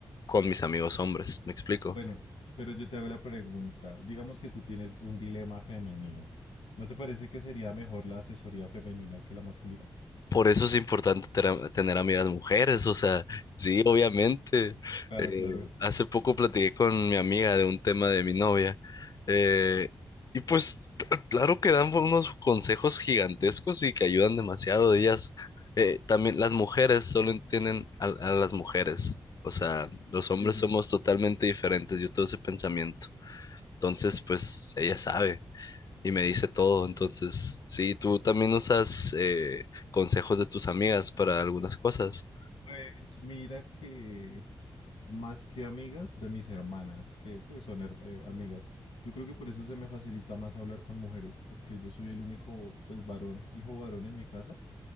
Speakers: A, on the left; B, on the left.
A: con mis amigos hombres, ¿me explico?
B: Bueno, Pero yo te hago la pregunta, digamos que tú tienes un dilema femenino, ¿no te parece que sería mejor la asesoría femenina que la masculina?
A: Por eso es importante ter- tener amigas mujeres, o sea, sí, obviamente.
B: claro,
A: Eh,
B: claro.
A: hace poco platiqué con mi amiga de un tema de mi novia eh, y pues cl- claro que dan unos consejos gigantescos y que ayudan demasiado. Ellas, eh, también las mujeres solo entienden a, a las mujeres, o sea, los hombres
B: Sí, sí.
A: somos totalmente diferentes, yo tengo ese pensamiento. Entonces,
B: ok.
A: pues ella sabe y me dice todo. Entonces, sí, tú también usas eh, consejos de tus amigas para algunas cosas.
B: Pues mira que más que amigas de mis hermanas, que pues son her- eh, amigas, yo creo que por eso se me facilita más hablar con mujeres, porque yo soy el único pues varón, hijo varón en mi casa